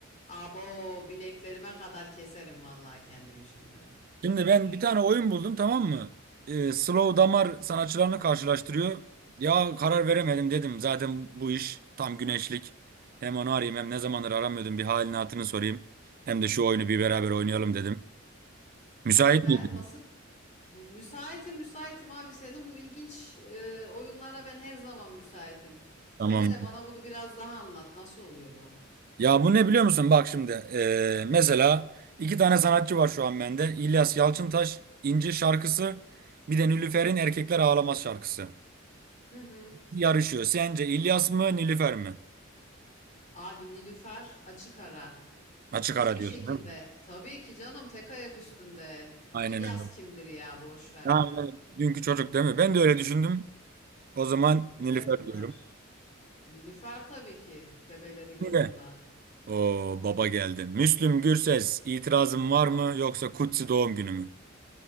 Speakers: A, on the left; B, on the right.
A: Abo bileklerime kadar keserim vallahi kendimi şimdi.
B: Şimdi ben bir tane oyun buldum tamam mı? Ee, Slow Damar sanatçılarını karşılaştırıyor. Ya karar veremedim dedim zaten bu iş tam güneşlik. Hem onu arayayım hem ne zamandır aramıyordum bir halini hatırını sorayım. Hem de şu oyunu bir beraber oynayalım dedim. Müsait
A: Hadi be
B: miydin?
A: nasıl müsaitim müsaitim abi senin bu ilginç e, oyunlara ben her zaman müsaitim. Sen
B: Tamam.
A: hele bana bunu biraz daha anlat nasıl oluyor bu?
B: Ya bu ne biliyor musun? Bak şimdi eee, mesela iki tane sanatçı var şu an bende. İlyas Yalçıntaş, İnci şarkısı, bir de Nilüfer'in Erkekler Ağlamaz şarkısı.
A: Hı hı.
B: Yarışıyor. Sence İlyas mı Nilüfer mi?
A: Abi Nilüfer açık ara.
B: Açık
A: Hiçbir
B: ara diyorsun
A: şekilde.
B: değil mi?
A: Tabii ki canım tek ayak üstünde.
B: Aynen
A: İlyas
B: öyle.
A: kimdir ya boş ver
B: Yani
A: ya.
B: dünkü çocuk değil mi? Ben de öyle düşündüm. O zaman
A: Bebe
B: Nilüfer
A: bunlar.
B: diyorum.
A: Nilüfer tabii ki bebelerin yanında.
B: Şimdi o baba geldi. Müslüm Gürses itirazın var mı yoksa kutsi doğum günü mü?